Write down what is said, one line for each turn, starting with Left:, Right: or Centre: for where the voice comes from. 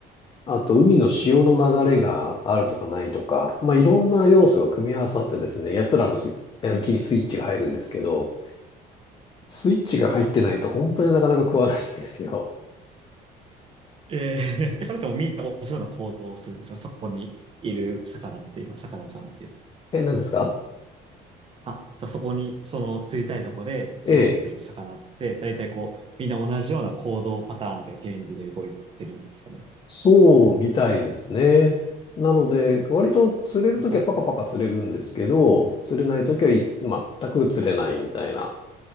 Left: あと海の潮の流れがあるとかないとか、まあ、いろんな要素が組み合わさってですね、奴らのすやる気にスイッチが入るんですけど、スイッチが入ってないと本当になかなか食わないんですよ。
Right: ええ。<laughs> それともみんな同じような行動をするんですかそこにいる魚っていうのは、魚ちゃんっていうのは
Left: え、何ですか
Right: あ、じゃあそこに、その釣りたいとこで釣ろうとする魚って、
Left: ええ、
Right: だいたいこう、みんな同じような行動パターンというか原理で動いてるんですかね。
Left: そうみたいですね。なので、割と釣れるときはパカパカ釣れるんですけど、
Right: そ
Left: 釣れないときはい全く釣れないみたいな、